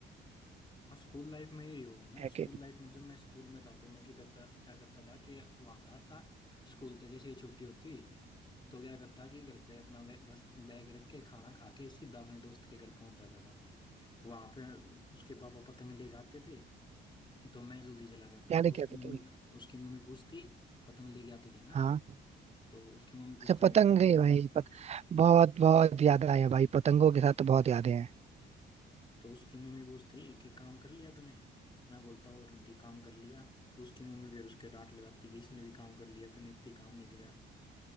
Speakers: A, on the left; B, on the right.
A: हाँ स्कूल लाइफ में यही हुआ है ना
B: है
A: स्कूल
B: कि
A: लाइफ में जब मैं स्कूल में था तो मैं क्या करता क्या करता था कि वहाँ था था स्कूल था जैसे ही छुट्टी होती तो क्या करता कि घर पे अपना बै, बस बैग रख के खाना खा के सीधा अपने दोस्त के घर पहुंच जाता था वहाँ पे उसके पापा पतंग लेके आते थे तो मैं जल्दी चला जाता
B: याद
A: तो
B: है
A: उसकी
B: क्या लेके
A: मम्मी
B: आते थे
A: उसकी मम्मी पूछती पतंग लेके आती थी ना
B: हाँ
A: तो उसकी मम्मी पूछती
B: अच्छा पतंग
A: होमवर्क कर
B: है
A: दिया
B: भाई पत... बहुत बहुत याद आया भाई पतंगों के साथ तो बहुत यादें हैं
A: तो उसकी मम्मी पूछती कि काम कर लिया तूने मैं बोलता और आंटी काम कर लिया उसकी मम्मी फिर उसके डांट लगाती कि इसने भी काम कर लिया तूने इतनी काम नहीं किया